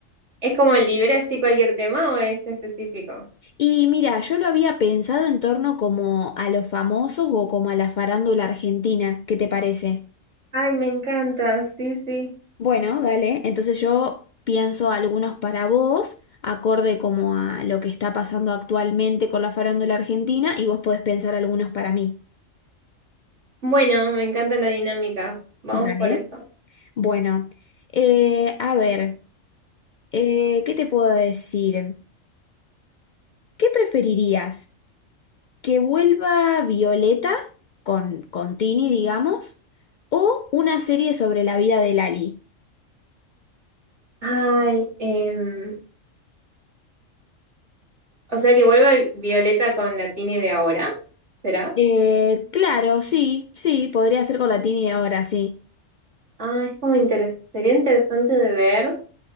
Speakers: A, on the right (about 60°); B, on the left (about 80°).
A: ¿Es como libre así cualquier tema o es específico?
B: Y mira, yo lo había pensado en torno como a los famosos o como a la farándula argentina, ¿qué te parece?
A: Ay, me encanta, sí, sí.
B: Bueno, dale, entonces yo pienso algunos para vos, acorde como a lo que está pasando actualmente con la farándula argentina, y vos podés pensar algunos para mí.
A: Bueno, me encanta la dinámica. Vamos
B: Dale.
A: por eso.
B: Bueno, eh, a ver, eh, ¿qué te puedo decir? ¿Qué preferirías? que vuelva Violeta con, con Tini, digamos, o una serie sobre la vida de Lali.
A: Ay, em, o sea que vuelva Violeta con la Tini de ahora, ¿será?
B: Eh, claro, sí, sí, podría ser con la Tini de ahora, sí.
A: Ah, es como interes- sería interesante de ver.